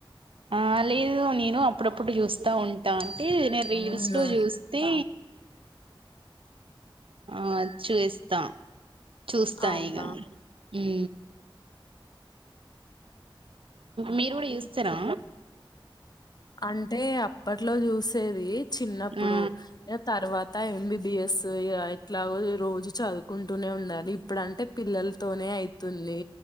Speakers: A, on the right (about 75°); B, on the left (about 50°).
A: ఆ అ లేదు నను అ అప్పుడప్పుడు చూస్తా ఉంటా అంటే నేను రీల్స్
B: అవునా
A: లో చూస్తే ఆ చూస్తా చూస్తా
B: అవునా
A: ఇగా ఉ మీరు కూడా చూస్తారా
B: అంటే అప్పట్లో చూసేది చిన్నప్పుడు
A: ఆ
B: తర్వాత ఎంబీబిఎస్ ఎట్లాగో రోజు చదువుకుంటూనే ఉండాలి ఇప్పుడంటే పిల్లలతోనే అయితుంది